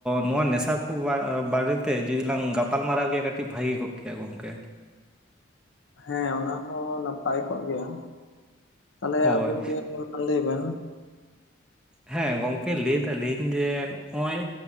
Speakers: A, in the centre; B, on the left (about 75°).
A: ᱱᱚᱣᱟ ᱱᱮᱥᱟ ᱠᱩ ᱵᱟ ᱵᱟᱨᱮᱛᱮ ᱡᱩᱫᱤ ᱞᱟᱝ ᱜᱟᱯᱟᱞᱢᱟᱨᱟᱣ ᱠᱮᱭᱟ ᱠᱟᱹᱴᱤᱡ ᱵᱷᱟᱹᱜᱤ ᱠᱚᱜ ᱠᱮᱭᱟ ᱜᱚᱝᱠᱮ?
B: ᱦᱮᱸ ᱚᱱᱟ ᱦᱚᱸ ᱱᱟᱯᱟᱭ ᱠᱚᱜ ᱜᱮᱭᱟ ᱛᱟᱦᱚᱞᱮ
A: ᱦᱳᱭ
B: ᱟᱵᱮᱱ ᱜᱮ <unintelligible> ᱞᱟᱹᱭ ᱵᱮᱱ᱾
A: ᱦᱮᱸ ᱜᱚᱝᱠᱮ ᱞᱟᱹᱭ ᱫᱟᱞᱤᱧ ᱡᱮ ᱱᱚᱜ-ᱚᱭ